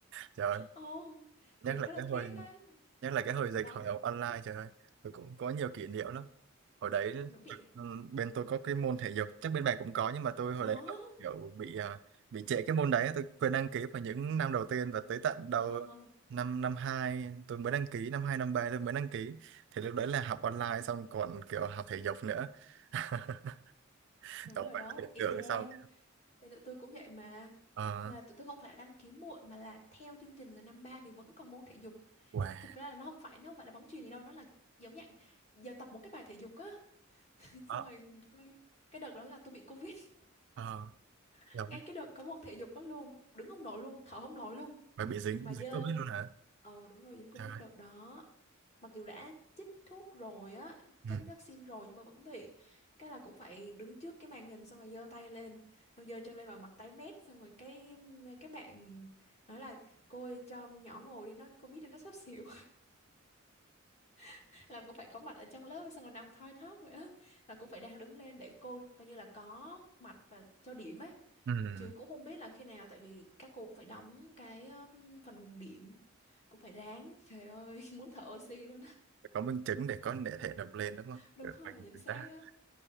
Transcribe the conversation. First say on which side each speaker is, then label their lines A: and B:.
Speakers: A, on the right; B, on the left.
A: Trời ơi.
B: Ồ,
A: Nhất
B: kiểu khá
A: là
B: là
A: cái hồi,
B: tiếc ấy.
A: nhất là cái hồi dịch
B: Đó,
A: hồi học online trời ơi. Tôi cũng có nhiều kỷ niệm lắm. hồi đấy
B: nó bị
A: ừ, bên tôi có cái môn thể dục chắc bên bạn cũng có nhưng mà tôi hồi
B: có.
A: đấy là kiểu bị à, bị trễ cái môn đấy tôi quên đăng ký vào những năm đầu tiên và tới tận đầu
B: Ờ.
A: năm năm hai tôi mới đăng ký năm hai năm ba tôi mới đăng ký thì lúc đấy là học online xong còn kiểu học thể dục nữa <laughs>
B: Đúng
A: Đó,
B: rồi
A: phải
B: đó,
A: học thể
B: y
A: sau
B: chang.
A: được xong
B: Nên tụi tôi cũng vậy mà.
A: ờ
B: Là tụi tôi không phải là đăng ký muộn mà là theo chương trình là năm ba thì vẫn còn môn thể dục.
A: wow
B: Thực ra là nó không phải nó không phải là bóng chuyền gì đâu, nó là giống dạng giờ tập một cái bài thể dục á. <laughs>
A: ờ
B: Xong rồi tôi cái đợt đó là tôi bị Covid.
A: ờ
B: <laughs>
A: rồi
B: Ngay cái đợt có môn thể dục đó luôn, đứng không nổi luôn, thở không nổi luôn.
A: phải bị dính
B: Mà
A: dính
B: dơ.
A: covid luôn hả
B: Ờ đúng rồi dính Covid
A: trời ơi.
B: đợt đó. mặc dù đã chích thuốc rồi á
A: ừ.
B: chắc vaccine rồi nhưng mà vẫn bị cái là cũng phải đứng trước cái màn hình xong rồi giơ tay lên xong giơ chân lên và mặt tái mét xong rồi cái các bạn nói là cô ơi, cho nhỏ ngồi đi nó covid biết nó sắp xỉu <laughs> làm cũng phải có mặt ở trong lớp xong rồi nằm thoi thóp vậy á là cũng phải đang đứng lên để cô coi như là có mặt và cho điểm ấy
A: Ừ.
B: chứ cũng không biết là khi nào tại vì các cô cũng phải đóng cái um, phần điểm cũng phải ráng trời ơi <laughs> muốn thở oxy luôn á
A: Phải có minh chứng để có thể nộp lên đúng không?
B: đúng
A: Được,
B: rồi
A: mình
B: chính
A: mình
B: xác
A: đã.
B: á